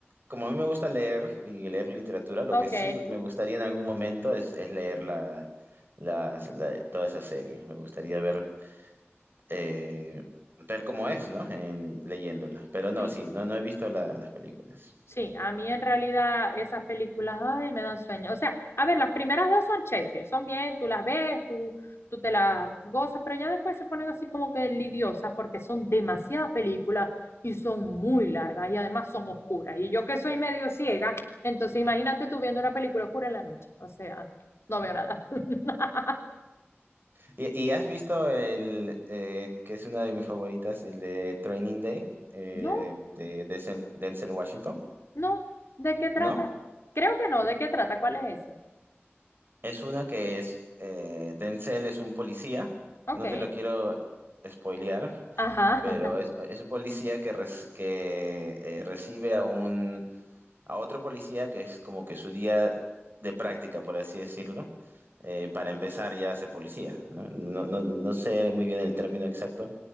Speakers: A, on the right; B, on the left.
A: como a mí me gusta leer y leer literatura, lo
B: Ok.
A: que sí me gustaría en algún momento es, es leer la, las- la- toda esa serie. Me gustaría ver, eh, ver cómo es, ¿no? En, leyéndola. Pero no,
B: Sí.
A: sí, no, no he visto la- las películas.
B: Sí, a mí en realidad esas películas, ay, me dan sueño. O sea, a ver, las primeras dos son chéveres, son bien, tú las ves, tú, tú te las gozas, pero ya después se ponen así como que lidiosas porque son demasiadas películas y son muy largas y además son oscuras. Y yo que soy medio ciega, entonces imagínate tú viendo una película oscura en la noche. O sea, no veo nada. <laughs>
A: ¿Y, y has visto el, eh, que es una de mis favoritas, el de Training Day, eh,
B: No,
A: de Denzel Denzel Washington?
B: no, ¿de qué trata?
A: ¿No?
B: Creo que no, ¿de qué trata? ¿Cuál es esa?
A: Es una que es, eh, Denzel es un policía,
B: Ok,
A: no te lo quiero spoilear,
B: ajá,
A: pero es, es un policía que, res- que, eh, recibe a un, a otro policía que es como que su día de práctica, por así decirlo, eh, para empezar ya a ser policía, ¿no? No, no- no sé muy bien el término exacto,